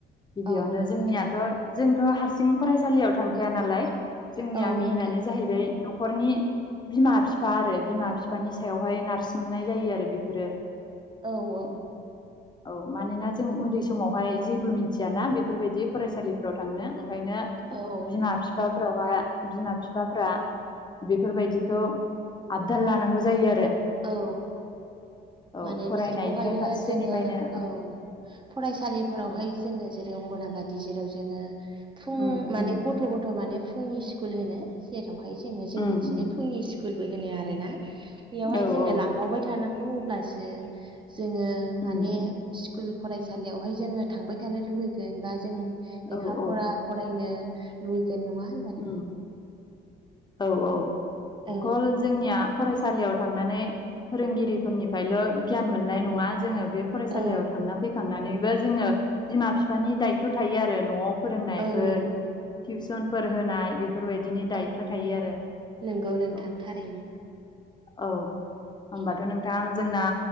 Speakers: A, on the left; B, on the right.
A: गिबियावनो
B: औ
A: जोंनियाथ'
B: नोंथां
A: जोंथ' हारसिं फरायसालियाव थांखाया नालाय जोंनिया
B: औ
A: मेइनानो
B: नोंथां
A: जाहैबाय न'खरनि बिमा बिफा आरो बिमा बिफानि सायावहाय नारसिननाय जायो आरो बेफोरो
B: औ औ
A: औ मानोना जों उन्दै समावहाय जेबो मिथियाना बेफोरबायदि फरायसालिफ्राव थांनो ओंखायनो
B: औ
A: बिमा बिफाफ्रावाय बिमा बिफाफ्रा बेफोरबायदिखौ आबदाल लानांगौ जायो आरो।
B: औ।
A: औ
B: माने
A: फरायनायनिफ्राय
B: बिसोरखौहायो
A: फारसेनिफ्रायनो
B: जोङो औ फरायसालिफोरावहाय
A: औ
B: जोङो जेरै अंगनाबादि जेराव जोङो फुं
A: उम
B: माने
A: उम
B: गथ थ' गथ' माने फुंनि स्कुल होनो। जेरावहाय जोङो जोंनिथिंजाय
A: उम उम
B: फुंनि स्क स्कुलबो होनो आरोना। बेयावहाय
A: औ
B: जोङो
A: औ
B: लांदावबाय थानांगौ अब्लासो जोङो माने
A: उम
B: स्कुल फरायसालियावहाय जोङो थांबाय थानो लुबैगोन, बा जों लेखा
A: औ
B: फरा
A: औ
B: फरायनो लुगैगोन। नङा होन
A: उम औ औ
B: औ
A: अकल जोंनिया फरायसालियाव थांनानै फोरोंगिरिफोरनिफ्रायल' गियान मोननाय नङा जोङो बे फरायसालियाव
B: औ
A: थांना फैखांनानैबो जोङो बिमा फिफानि दायथ' थायो आरो न'आव फोरोंनायफोर
B: औ नंगौ
A: टिउसनफोर होनाय बे फोरबायदिनि दायथ'
B: औ
A: थायो आरो
B: नंगौ नोंथां
A: औ।
B: थारैनो
A: औ होमबाथ'
B: औ
A: नोंथां जोंना